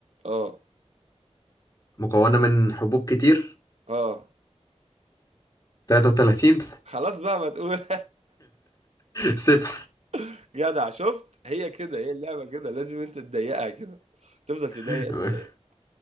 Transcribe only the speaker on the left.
مكونة من حبوب كتير
33
سبح
<laughs>